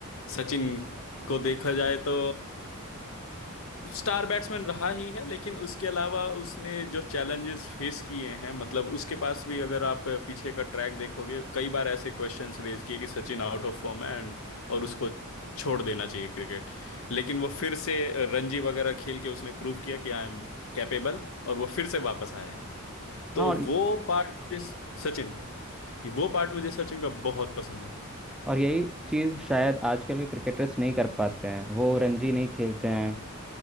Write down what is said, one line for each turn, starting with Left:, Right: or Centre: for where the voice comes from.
Left: सचिन को देखा जाए तो स्टार बैट्समैन रहा ही है लेकिन उसके अलावा उसने जो चैलेंजेस फेस किए हैं मतलब उसके पास भी अगर आप पीछे का ट्रैक देखोगे कई बार ऐसे क्वेश्चंस रेज किए कि सचिन आउट ऑफ फॉर्म है एंड और उसको छोड़ देना चाहिए क्रिकेट लेकिन वो फिर से रणजी वगैरह खेल के उसने प्रूव किया कि आई एम कैपेबल और वो फिर से वापस आए तो
Centre: हाँ और
Left: वो पार्ट मुझे सचिन वो पार्ट मुझे सचिन का बहुत पसंद है
Centre: और यही चीज़ शायद आजकल के क्रिकेटर्स नहीं कर पाते हैं वो रणजी नहीं खेलते हैं